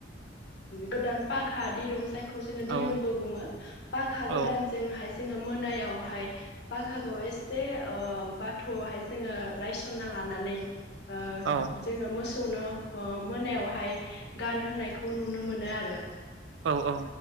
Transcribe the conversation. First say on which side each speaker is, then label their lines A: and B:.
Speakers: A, on the left; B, on the right.
A: गोदान पाखा दिरुं ओ जायखौ जोङो दिरुंबो
B: औ
A: बुङो पाका गोदानजोंहाय
B: औ
A: जोङो मोनायावहाय बाखागाव एसे बाथौआवहाय जोङो रायसना लानानै ओ
B: औ
A: जोङो मोसौनो मोनायावहाय गानहायखौ नुनो मोनो आरो।
B: औ औ